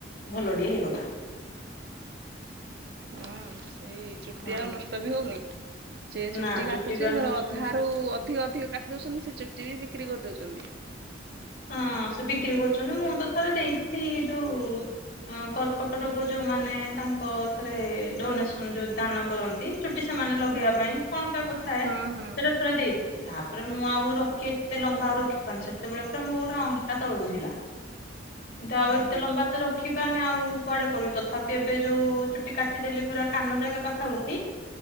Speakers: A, on the left; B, on the right.
A: ଭଲ ଟିଏ ହେଇଗଲା।
B: ହୁଁ ସେଇ ଚୁଟି
A: ହଁ
B: ଆଉ ନଷ୍ଟ ବି ହଉନି। ଯେ
A: ନା
B: ଚୁଟି କାଟୁଚି
A: ବା
B: ଧର
A: ନଷ୍ଟ
B: ଅଧା ରୁ ଅଧିକ ଅଧିକ କାଟ ଟିଦଉଛନ୍ତି ସେ ଚୁଟି ବି ବିକ୍ରି କରିଦଉଛନ୍ତି।
A: ହଁ ସେ ବିକ୍ରି କରୁଛନ୍ତି ମୁଁ ତ ଥରେ ଦେଇଥିଲି ଯୋଉ। ଅଁ କର୍କଟ ରୋଗ ଯୋଉମାନେ ତାଙ୍କ ଥରେ ଡୋନେସନ ଯୋଉ ଦାନ କରନ୍ତି। ଚୁଟି ସେମାନେ ଲଗେଇବା
B: ହଁ ହଁ
A: ପାଇଁ କଣ ତାକ୍ ଥାଏ ସେଟା।
B: ହଁ ହଁ
A: ଥରେ ଦେଇଥିଲି ତାପରେ ମୁଁ ଆଉ ରଖି ଏତେ ଲମ୍ବା ଆଉ ରଖିପାରୁନି ସେତେବେଳେ। ପୁରା ମୋର ଅଣ୍ଟା ତଳକୁ ଥିଲା କିନ୍ତୁ ଆଉ ଏତେ
B: ହଁ ହଁ
A: ଲମ୍ବା ତ ର ଖିପାରୁନି ଆଉ କୁଆଡେ କରିବି ତଥାପି ଏବେ ଯୋଉ ଚୁଟି କାଟିଦେଲି ପୁରା କାନ ଯାକେ ପାଖାପାଖି।